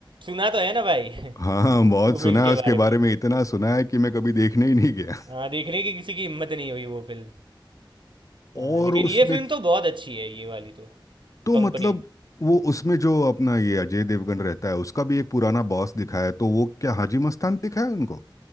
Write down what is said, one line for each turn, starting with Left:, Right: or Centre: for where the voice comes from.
Right: सुना तो है ना भाई <laughs>
Left: हाँ बहुत
Right: वो
Left: सुना
Right: फिल्म
Left: है
Right: के
Left: उसके
Right: बारे में
Left: बारे में इतना सुना है कि मैं कभी देखने ही नहीं गया
Right: हाँ देखने की किसी की हिम्मत नहीं हुई वो फिल्म हाँ
Left: और
Right: लेकिन
Left: उसमें
Right: ये फिल्म तो बहुत अच्छी है ये वाली तो
Left: तो
Right: कंपनी
Left: मतलब वो उसमें जो अपना ये अजय देवगन रहता है उसका भी एक पुराना बॉस दिखाया है तो वो क्या हाजी मस्तान दिखाया है उनको